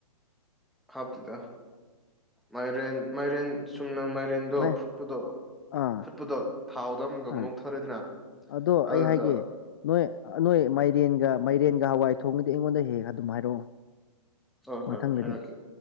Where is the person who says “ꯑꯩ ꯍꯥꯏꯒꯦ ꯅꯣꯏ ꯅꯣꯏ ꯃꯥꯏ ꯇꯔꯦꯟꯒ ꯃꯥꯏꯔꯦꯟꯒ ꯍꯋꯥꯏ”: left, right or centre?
Left